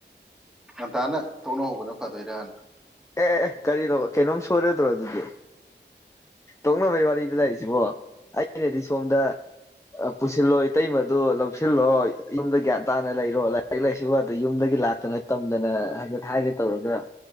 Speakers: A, in the centre; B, on the left.
A: ꯉꯟꯇꯥꯅ ꯇꯣꯛꯅ ꯍꯧꯕꯅ ꯐꯥꯗꯣꯏꯔꯥꯅ
B: ꯑꯦ ꯑꯦ ꯀꯔꯤꯅꯣ ꯀꯩꯅꯣꯝ ꯁꯣꯏꯔꯗ꯭ꯔꯣ ꯑꯗꯨꯗꯤ ꯇꯣꯛꯅꯕꯩ ꯋꯥꯔꯤꯗ ꯂꯩꯥꯛꯏꯁꯤꯕꯣ ꯑꯩ ꯑꯩꯅꯗꯤ ꯁꯣꯝꯗ ꯄꯨꯁꯤꯜꯂꯣ ꯏꯇꯩꯃꯗꯨ ꯂꯧꯁꯤꯜꯂꯣ ꯌꯨꯝꯗ ꯒ꯭ꯌꯥꯟ ꯇꯥꯅ ꯂꯩꯔꯣ ꯂꯥꯏꯔꯤꯛ ꯂꯥꯏꯁꯨꯒꯗꯣ ꯌꯨꯝꯗꯒꯤ ꯂꯥꯛꯇꯅ ꯇꯝꯗꯅ ꯍꯥꯏ ꯍꯥꯏꯒꯦ ꯇꯧꯔꯒ